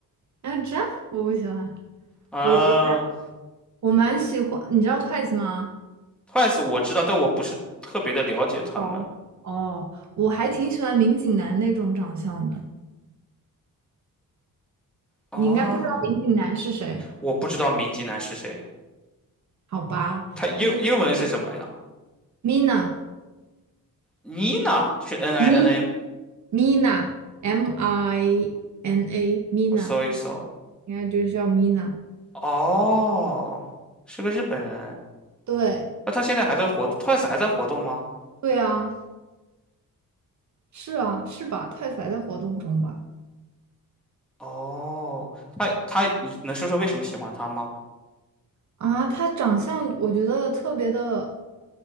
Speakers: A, on the right; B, in the centre.
A: 哎呦这，我不喜欢。
B: 啊
A: 我我我蛮喜欢，你知道 Twice 吗？
B: ，Twice 我知道，但我不是特别的了解他们
A: 哦，哦，我还挺喜欢民警男那种长相的。
B: 啊，
A: 你应该不知道民警男是谁，
B: 我不知道明基男是谁，
A: 好吧？
B: 他英英文是什么呀
A: 那 Mina
B: ？Nina 就是 N I
A: Mi
B: N A，
A: Mina M I N A Mina
B: 我搜一搜，
A: 应该就是叫 Mina。
B: 哦，是个日本人。
A: 对
B: 那他现在还在活，Twice 还在活动吗？
A: 对啊，是啊是吧？太宰在活动中吧？
B: 哦，他他，你能说说为什么喜欢他吗？
A: 啊，他长相我觉得特别的。